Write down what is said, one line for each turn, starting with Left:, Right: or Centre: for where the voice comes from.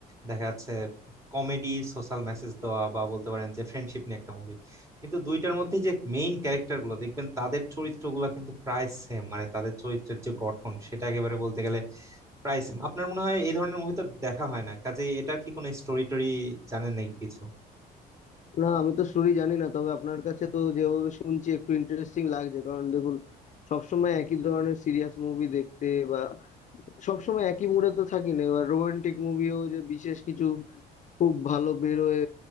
Right: দেখা যাচ্ছে কমেডি সোশ্যাল মেসেজ দেওয়া বা বলতে পারেন যে ফ্রেন্ডশিপ নিয়ে একটা মুভি কিন্তু দুইটার মধ্যে যে মেইন ক্যারেক্টার গুলো দেখবেন তাদের চরিত্রগুলো কিন্তু প্রায় সেম মানে তাদের চরিত্রের যে গঠন সেটা একেবারে বলতে গেলে প্রায় সেম আপনার মনে হয় এই ধরনের মুভি তো দেখা হয় না কাজে এটার কি কোনো স্টোরি টোরি জানেন নাকি কিছু
Left: না আমি তো স্টোরি জানি না তবে আপনার কাছে তো যেভাবে শুনছি একটু ইন্টারেস্টিং লাগছে কারণ দেখুন সবসময় একই ধরনের সিরিয়াস মুভি দেখতে বা সবসময় একই মুডে তো থাকি না এবার রোমান্টিক মুভিও যে বিশেষ কিছু খুব ভালো বেরোয়